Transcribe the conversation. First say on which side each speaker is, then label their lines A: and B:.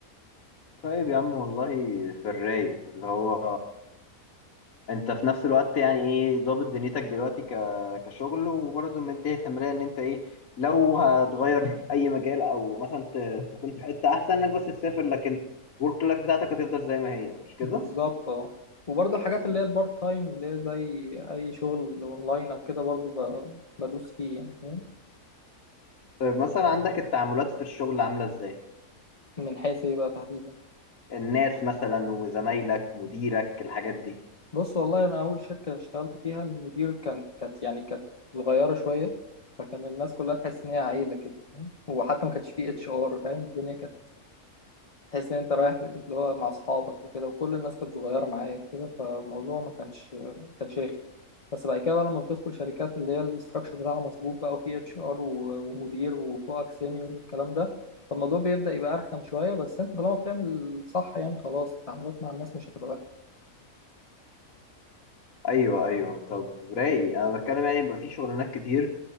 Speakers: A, on the left; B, on the left.
A: طيب يا عم والله في الرايق اللي هو انت في نفس الوقت يعني ايه ظابط دنيتك دلوقتي ك... كشغل وبرضه مدي ثمرية ان انت ايه لو هتغير اي مجال او مثلا ت... تكون في حتة احسن انك بس تسافر لكن ورك لايف بتاعتك هتفضل زي ما هي مش كده
B: بالظبط اه وبرضه الحاجات اللي هي البارت تايم اللي هي زي اي شغل اونلاين او كده برضه ب- بدوس فيه يعني فاهم
A: طيب مثلا عندك التعاملات في الشغل عاملة ازاي
B: من حيث ايه بقى تحديدا
A: الناس مثلا وزمايلك مديرك الحاجات دي
B: بص والله انا اول شركه اشتغلت فيها المدير كان كانت يعني كانت صغيره شويه فكان الناس كلها تحس ان هي عيله كده فاهم وحتى ما كانش فيه اتش ار فاهم الدنيا كانت تحس ان انت رايح اللي هو مع اصحابك وكده وكل الناس كانت صغيره معايا وكده فالموضوع ما كانش ما كانش رخي بس بعد كده بقى لما بتدخل شركات اللي هي الاستراكشر بتاعها مظبوط بقى وفيه اتش ار ومدير وفوقك سينيور والكلام ده فالموضوع بيبدأ يبقى أرخم شوية بس أنت طالما بتعمل صح يعني خلاص التعاملات مع الناس مش هتبقى وحشة
A: ايوه ايوه طب رايق انا بتكلم يعني بيبقى في شغلانات كتير